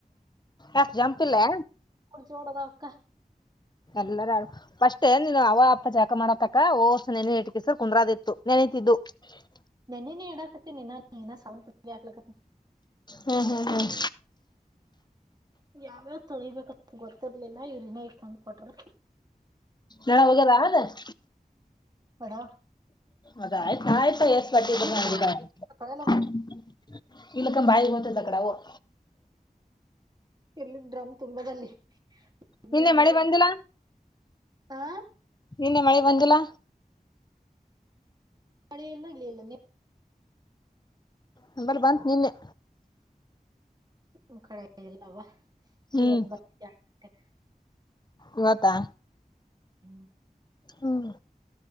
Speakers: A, on the left; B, on the right.
A: ಅಷ್ಟು ಜಂಪಿಹಿಲೇ
B: ನಡ ಜೋಡದವ್ ಅ ಕ್ಕ
A: ಎಲ್ಲರ ಆಡು ಫಸ್ೇ ನೀನು ಅವ ಅಪ್ಪ ಜಾಕ ಮಾಡತಕ್ಕ ಓವಸ ನೆನ ಇಟಿಕಿಸರ್ ಕುಂಡ್ರದಿತ್ತು ನೆನತಿದ್ದು <unintelligible>
B: ನೆನ್ನಏಡಾಕತ್ತ ಸ ಹಕ್ಲಕತ್ತ <unintelligible>
A: ಹ್ಮ್ ಹ್ಮ್ ಹ್ಮ್
B: ಯಾವ್ಯಾವ್ ತೊಳಿಬೇಕಂತ ಗೊತ್ತಿರ್ಲಿಲ್ಲ ಇವ್ ರ್ ಇನ್ ಈಗ್ ತಂದ ಕೊಟ್ರ
A: ನಣ ಹೋಗದ ಅದ <inaudible>
B: ಹಣ <unintelligible>
A: ಅದ ಆಯ್ತು ನಾಯ್ತ ಸ್ಪಟ್ಟ
B: ಇದ್ದಿದ್ದಕ್ಕೆ ಯಾವ ತೊಳೆಯಲ್ಲ
A: ಹ <unintelligible> ಇಲಕಂ ಬಾಯಬತದೆ ಅ ಕಡ ಓ <unintelligible>
B: ಇರ್ಲಿ ಡ್ರಮ್ ತುಂಬಲ್ಲಿ <unintelligible>
A: ನಿನ್ನೆ
B: ನೀ
A: ಮಳಿ ಬಂದಿಲ್ಲ
B: ಹಾ
A: ನಿನ್ನೇ ಮಳೆ ಬಂದಿಲ್ಲಾ?
B: ಮಳೆಲ್ಲ ಇಳಿಯಲ್ಲ ನೀ
A: ನಮ್ಮಲ್ಲಿ ಬಂತ್ ನಿನ್ನೆ
B: ನಿ್ ಕಡೆ ಇಲ್ಲವಾ
A: ಹ್ಮ್
B: ಇವತ್ ಬ <unintelligible>
A: ಇವತ್ತಾ
B: <unintelligible>
A: ಹುಂ